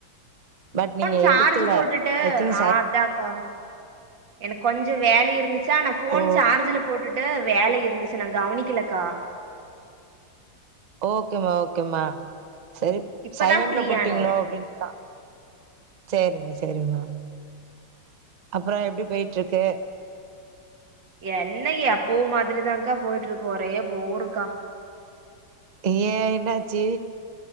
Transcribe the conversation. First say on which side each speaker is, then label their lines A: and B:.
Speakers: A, on the right; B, on the right.
A: பட்
B: போன்
A: நீங்க
B: சார்ஜ்
A: எடுக்கல
B: போட்டுட்டு
A: ஐ திங்க்
B: ஆ
A: சை
B: அதாக்கா எனக்கு கொஞ்ச வேல இருந்துச்சா நா ஃபோன்
A: ஓ
B: சார்ஜ்ல போட்டுட்டு வேல இருந்துச்சு நா கவனிக்கலக்கா
A: ஓகேமா ஓகேமா சரி
B: இப்பதா
A: சைலன்ட்ல
B: ஃப்ரீயானே
A: போட்டீங்களோ அப்டின்னு சேரிமா சேரிமா அப்புறோ எப்புடி போயிட்டு இருக்கு
B: என்ன எப்போ மாதிரிதாங்கா போயிட்டு இருக்கு ஒரே போர்ருக்கா
A: ஏ என்னாச்சு